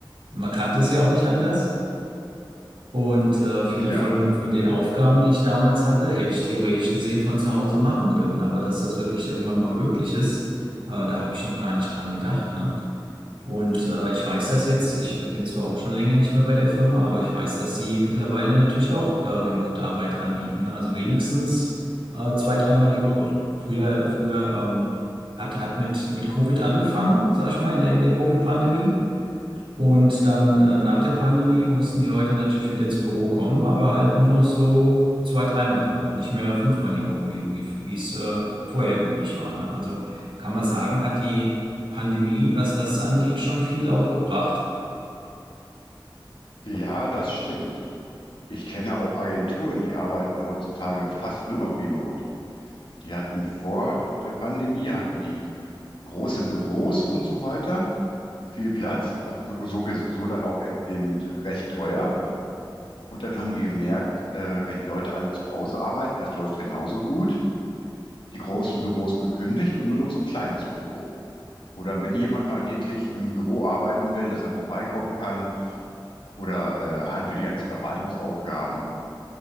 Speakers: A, on the right; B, on the left.
A: Man kannte es ja auch nicht anders. Und äh, viele
B: Ja,
A: von, von den Aufgaben, die ich damals hatte, hätte ich theoretisch gesehen von zu Hause machen können. Aber dass das wirklich irgendwann mal möglich ist, äh, da habe ich noch gar nicht dran gedacht, ne? Und äh, ich weiß das jetzt, ich äh, bin zwar auch schon länger nicht mehr bei der Firma, aber ich weiß, dass sie mittlerweile natürlich auch äh, Remote-Arbeit anbieten. ne? Also wenigstens äh, zwei, dreimal die Woche. Früher, früher ähm, hat, hat mit, mit Covid angefangen, sag ich mal, in der, in der Covid-Pandemie. Und dann äh, nach der Pandemie
B: ja,
A: mussten die Leute natürlich wieder ins Büro kommen, aber halt nur noch so zwei, dreimal die Woche, nicht mehr fünfmal die Woche, wie, wie, wie es äh, vorher üblich war, ne? Also kann man sagen, hat die Pandemie, was das angeht, schon viel auch gebracht.
B: Ja, das stimmt. Ich kenne auch Agenturen, die arbeiten heutzutage fast nur noch remote. Die hatten vor der Pandemie, hatten die große Büros und so weiter, viel Platz, auch so, so, ges- so dann auch e- eben recht teuer. Und dann haben die gemerkt, äh, wenn die Leute alle zu Hause arbeiten, das läuft genauso gut. Die großen Büros gekündigt und nur noch so ein kleines Büro. Oder wenn jemand mal wirklich im Büro arbeiten will, dass er vorbeikommen kann oder äh, halt für die ganzen Verwaltungsaufgaben